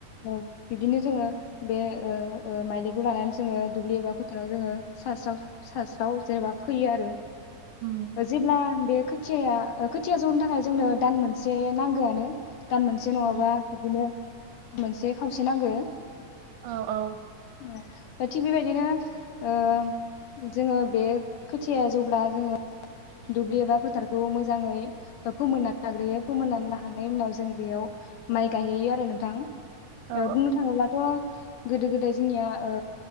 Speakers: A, on the left (about 70°); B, on the right (about 70°).
A: औ बिब्दिनो जोङो बे ओ ओ माइलिखौ लानानै जोङो दुब्लि एबा फोथाराव जोङो सस्र सास्राव जेनेबा फैयो आरो
B: उम
A: जिब्ला बे खोथिया ओ खोथिया जौनो थाखाय जोंनो दान मोनसे नांगोआनो। दान मोनसे नङाबा
B: औ
A: बिदिनो मोनसे खावसे नांगो।
B: औ औ
A: ओ थिग बेबायदिनो ओ जोङो बे खोथियाया जौब्ला जोङो दुब्लि एबा फोथारखौ मोजाङै फोमोननानै लाग्रोयो फोमोननानै लाखांनायनि उनाव जोङो बेयाव माइ गायहैयो आरो नोंथां
B: औ
A: बुंनो थाङोब्लाथ' गोदो गोदाय जोंनिया ओ